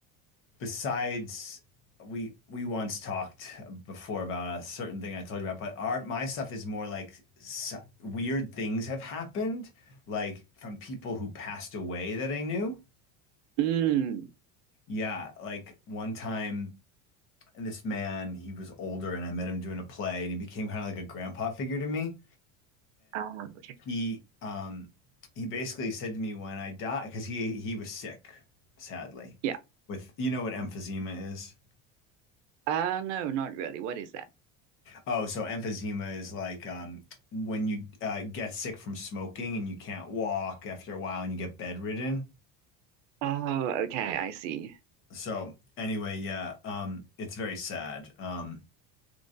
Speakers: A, on the left; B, on the right.
A: besides we we once talked before about a certain thing I told you about, but our my stuff is more like s weird things have happened like from people who passed away that I knew.
B: mm,
A: Yeah, like one time this man, he was older and I met him doing a play and he became kind of like a grandpa figure to me.
B: ah, okay.
A: he um he basically said to me when I die because he he was sick, sadly.
B: Yeah.
A: With you know what emphysema is?
B: Uh no, not really. What is that?
A: Oh, so emphysema is like um when you uh, get sick from smoking and you can't walk after a while and you get bedridden.
B: Oh, okay, I see.
A: So anyway, yeah, um, it's very sad. Um,